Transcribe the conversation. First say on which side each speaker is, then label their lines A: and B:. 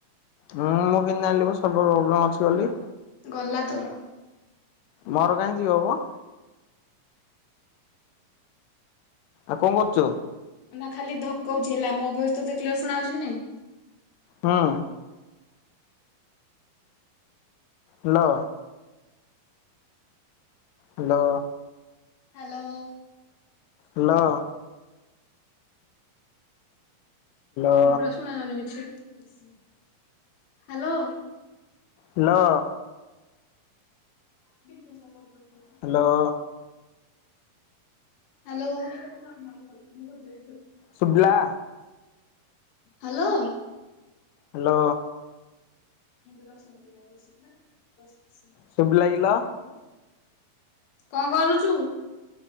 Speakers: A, on the left; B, on the left.
A: ହୁଁ ମୁଁ କେମିତି ଆଣିଲିବ ସର୍ଭ ପ୍ରୋବ୍ଲେମ୍ ଅଛି ବୋଲି।
B: ଗଲା ତୋର।
A: ମୋର କାଇଁ ଯିବ ମ। ଆଉ କଂ କରୁଚୁ?
B: ନା ଖାଲି ଧକ୍କାଉଛି ହେଲା ମୋ ଭଏସ ତୋତେ କ୍ଲିଆର ଶୁଣାଉଛି କି ନାଇଁ?
A: ହଁ। Hello. Hello
B: hello.
A: Hello. Hello
B: ହଁ ପ୍ରଶ ଶୁଣାଯାଉନି କିଛି। Hello.
A: Hello.
B: <unintelligible>
A: Hello
B: hello <inaudible>
A: ସୁୁଭିଲା
B: hello
A: hello
B: ଦର୍ଶନ ପିଲା <unintelligible> ବସି ଆସନ
A: ଶୁଭିଲା କିଲୋ
B: କଣ କରୁଛୁ?